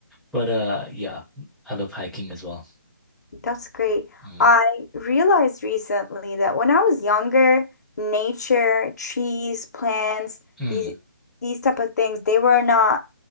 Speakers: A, in the centre; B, on the left (about 55°).
A: But uh yeah, I love hiking as well.
B: That's great.
A: Mm.
B: I realized recently that when I was younger, nature, trees, plants,
A: Mm.
B: these these type of things, they were not